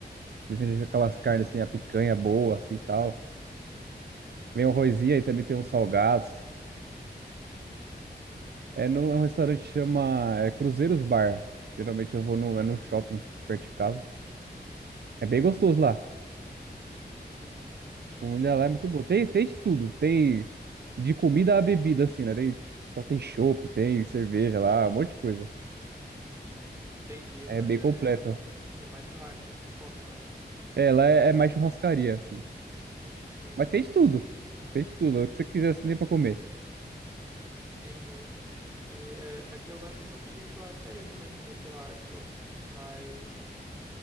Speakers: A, on the right; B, on the right.
A: Eles têm aquelas carnes assim, a picanha boa, assim e tal. Vem o arrozinho e também tem uns salgados. É, no, é um restaurante que chama é, Cruzeiros Bar. Geralmente eu vou no, é no shopping perto de casa.
B: Uhum.
A: É bem gostoso lá. A comida lá é muito
B: Não
A: boa. Tem, tem de tudo. Tem de comida a bebida, assim, né? Tem, então tem chopp, tem cerveja lá, um monte de coisa.
B: entendi,
A: É
B: mas
A: bem
B: é,
A: completo.
B: é mais churrasco que tu come lá.
A: É, lá é, é mais churrascaria, assim.
B: Uhum.
A: Mas tem de tudo. Tem de tudo. O que você quiser, assim, nem pra comer.
B: Entendi. E é, aqui eu gosto muito de churrascaria também, comer churrasco, mas